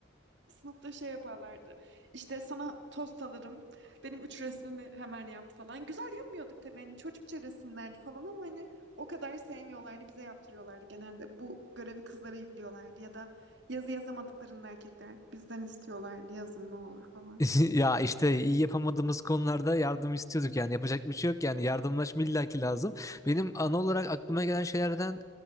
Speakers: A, on the right; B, on the left.
A: sınıfta şey yaparlardı. İşte sana tost alırım. Benim üç resmimi hemen yap falan. Güzel yapmıyorduk tabii. Hani çocukça resimlerdi falan ama hani o kadar sevmiyorlardı. Bize yaptırıyorlardı. Genelde bu görevi kızlara yüklüyorlardı. Ya da yazı yazamadıklarında erkekler bizden istiyorlardı. Yazın ne olur falan.
B: <laughs> Ya işte iyi yapamadığımız konularda yardım istiyorduk yani yapacak bir şey yok yani yardımlaşma illaki lazım. Benim ana olarak aklıma gelen şeylerden